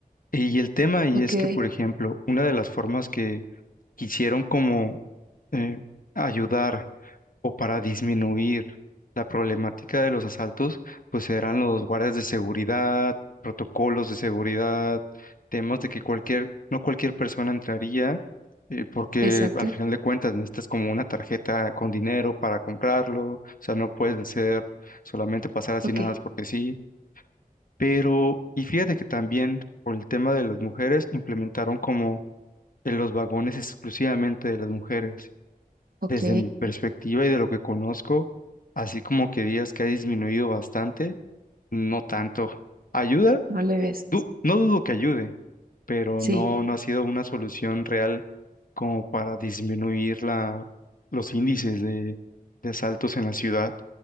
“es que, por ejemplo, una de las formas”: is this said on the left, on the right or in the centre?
Left